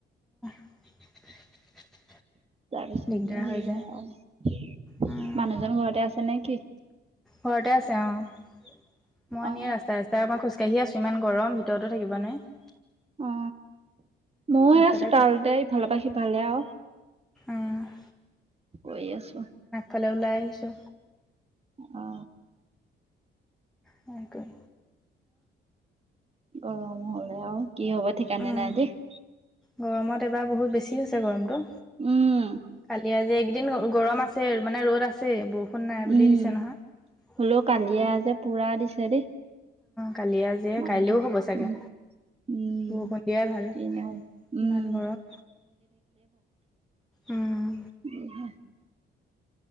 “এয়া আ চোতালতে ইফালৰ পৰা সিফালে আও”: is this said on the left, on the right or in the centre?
Right